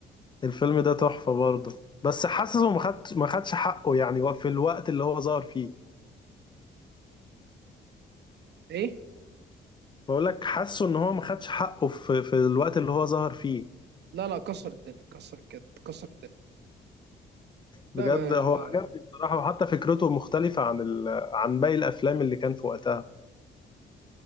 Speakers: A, on the left; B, on the right.
A: الفيلم ده تحفة برضه بس حاسه ما خدش ما خدش حقه يعني في الوقت اللي هو ظهر فيه
B: ايه
A: بقول لك حاسه ان هو ما خدش حقه في في الوقت اللي هو ظهر فيه
B: لا لا كسر الدنيا كسر الكد كسر الدنيا
A: بجد
B: لا آه،
A: هو عجبني بصراحة وحتى فكرته مختلفة عن ال... عن باقي الافلام اللي كان في وقتها